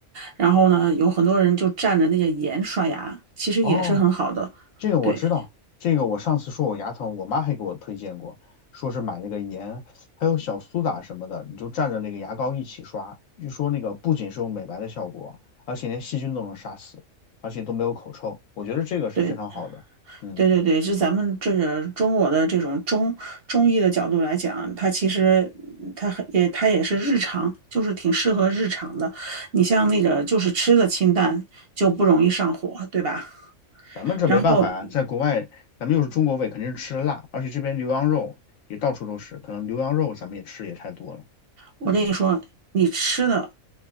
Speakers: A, on the right; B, on the left.
A: 然后呢，有很多人就蘸着那个盐刷牙，其实也是很好的。
B: 哦，这个我知道，
A: 对。
B: 这个我上次说我牙疼，我妈还给我推荐过，说是买那个盐，还有小苏打什么的，你就蘸着那个牙膏一起刷，据说那个不仅是有美白的效果，而且连细菌都能杀死，而且都没有口臭，我觉得这个是非常好的。
A: 对
B: 嗯，
A: 对对对，就咱们这个中国的这种中中医的角度来讲，它其实它很也它也是日常，就是挺适合日常的。你像那个就是吃的清淡，就不容易上火，对吧？
B: 咱们这没办法呀，
A: 然后
B: 在国外，咱们又是中国胃，肯定是吃的辣，而且这边牛羊肉也到处都是，可能牛羊肉咱们也吃的也太多了。
A: 我跟你说，
B: 嗯
A: 你吃的